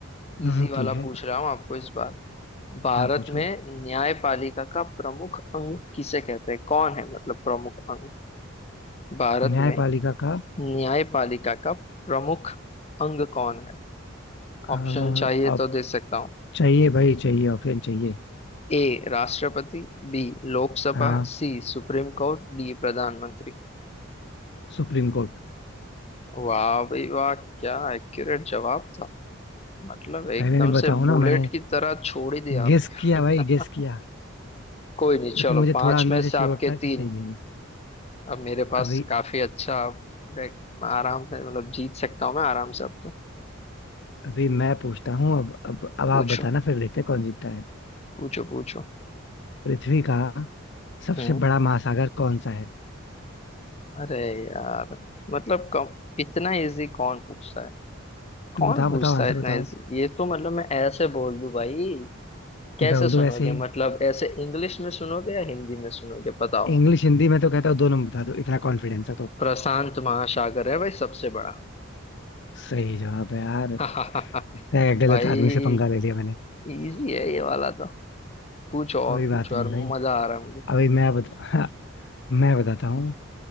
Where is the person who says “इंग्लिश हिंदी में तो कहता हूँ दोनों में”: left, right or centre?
Left